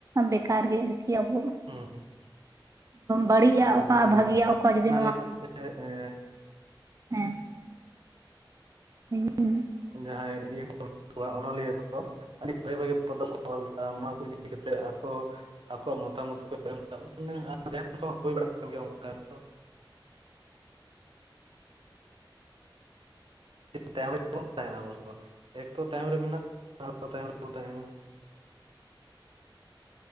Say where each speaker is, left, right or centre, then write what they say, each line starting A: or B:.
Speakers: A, on the right; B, on the right.
A: ᱵᱮᱠᱟᱨ ᱜᱮ ᱟᱨᱠᱤ ᱟᱵᱚ
B: ᱦᱚᱸ ᱦᱮᱚᱸ ᱾
A: ᱵᱟᱹᱲᱤᱡᱼᱟ
B: ᱦᱮᱸ
A: ᱚᱠᱟ
B: ᱮᱠᱫᱚᱢ
A: ᱵᱷᱟᱜᱮᱭᱟ
B: ᱮᱠᱫᱚᱢ
A: ᱚᱠᱟ ᱡᱩᱫᱤ
B: ᱚᱱᱟ ᱞᱟᱹᱜᱤᱫ ᱛᱮ ᱮ
A: ᱦᱮᱸᱜ <inaudible>
B: ᱡᱟᱦᱟᱸᱭ ᱤᱭᱟᱹ <unintelligible> ᱠᱚ ᱢᱮᱱᱟᱜ ᱠᱚᱣᱟ ᱚᱱᱚᱞᱤᱭᱟᱹ ᱠᱚ ᱟᱹᱰᱤ ᱵᱷᱟᱜᱤ ᱵᱷᱟᱜᱤ ᱯᱚᱛᱚᱵ ᱠᱚ <unintelligible> ᱮᱫᱟ ᱱᱚᱣᱟ ᱠᱚ ᱤᱫᱤ ᱠᱟᱛᱮᱫ ᱟᱠᱚ ᱟᱠᱚᱣᱟᱜ ᱢᱚᱛᱟᱢᱚᱛ ᱠᱚ ᱮᱢ <unintelligible> ᱵᱟᱲᱟ ᱠᱚ ᱦᱚᱸ ᱦᱩᱭ ᱵᱟᱲᱟ ᱠᱟᱱ ᱜᱮᱭᱟ ᱚᱱᱠᱟ ᱫᱚ <unintelligible> ᱛᱟᱭᱚᱢ <inaudible> ᱚᱱ <unintelligible> ᱛᱟᱦᱮᱱᱟ ᱟᱵᱚ ᱫᱚ ᱮᱠᱛᱚ ᱛᱟᱭᱚᱢ ᱨᱮ ᱢᱮᱱᱟᱜ <unintelligible> ᱛᱟᱭᱚᱢ ᱨᱮᱵᱚᱱ ᱛᱟᱦᱮᱱᱟ